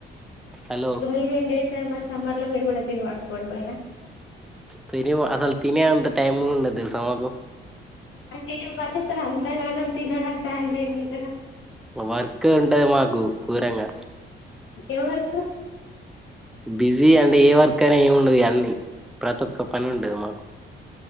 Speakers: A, in the centre; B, on the left.
A: హలో
B: మీరేం చేసారు మరి సమ్మర్ లో మీరు కూడా తిినవాకపోవడం అనా
A: తని అసలు తని అంత టైమ్ ఉండ తెలు స మాకు
B: అంటే ఏమి పనిేస్తారు అంతగా నువు తినడానికి టైం లేమంతగా
A: వర్క్ ఉండ మాకు కూరంగా
B: ఎవర్కు
A: బిజీ అంటే ఏ వర్క్ అయినా ఏమిండదు అన్నీ ప్రతి ఒక్క పని ఉండది మాకు